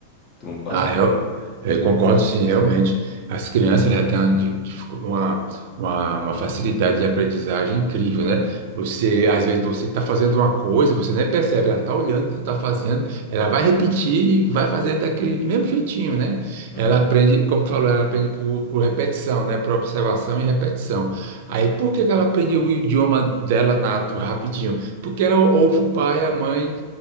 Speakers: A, on the left; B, on the right.
A: Tu concorda?
B: Ah, eu, eh, concordo sim, realmente. As crianças já têm uma, di- dificu- uma, uma- uma facilidade de aprendizagem incrível, né? Você, às vezes, você está fazendo uma coisa, você nem percebe, ela está olhando o que você está fazendo, ela vai repetir e vai fazer daquele mesmo jeitinho, né?
A: Uhum.
B: Ela aprende, como tu falou, ela aprende por, por repetição, né? Por observação e repetição. Aí, por que que ela aprende o idioma dela nato rapidinho? Porque ela ouve o pai, a mãe